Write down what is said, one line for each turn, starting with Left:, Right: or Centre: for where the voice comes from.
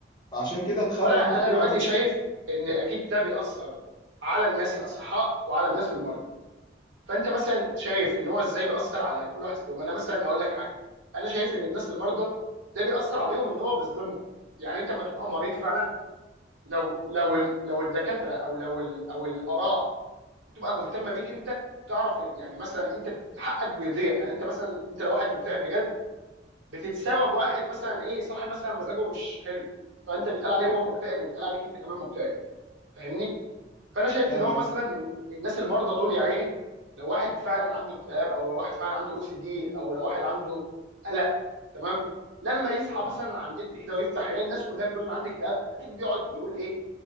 Left: فعشان كده اتخلق
Right: طب انا
Left: اللي
Right: انا
Left: انت بتقول
Right: دلوقتي
Left: عليه
Right: شايف ان اكيد ده بيأثر على الناس الاصحاء وعلى الناس المرضى فانت مثلا شايف ان هو ازاي بيأثر على كل واحد فيهم انا مثلا هقول لك حاجه انا شايف ان الناس المرضى ده بيأثر عليهم ان هو بيظلمهم يعني انت لما تبقى مريض فعلا لو لو الم- لو الدكاتره او لو ال- او الاراء بتبقى مهتمه بيك انت وتعرف يعني مثلا انت حقك بيضيع يعني انت مثلا انت لو واحد مكتئب بجد بتتساوى بواحد مثلا ايه صاحي مثلا مزاجه مش حلو فانت بيتقال عليه هو مكتئب وبيتقال عليك انت كمان مكتئب فاهمني فانا شايف
Left: فاهم
Right: ان هو
Left: قصدي؟
Right: مثلا إن- الناس المرضى دول يا عيني لو واحد فعلا عنده اكتئاب او لو واحد فعلا عنده او سي دي او لو واحد عنده قلق تمام لما يصحى
Left: مم.
Right: مثلا على النت كده ويفتح يلاقي الناس كلها بتقول انا عندي اكتئاب اكيد بيقعد يقول ايه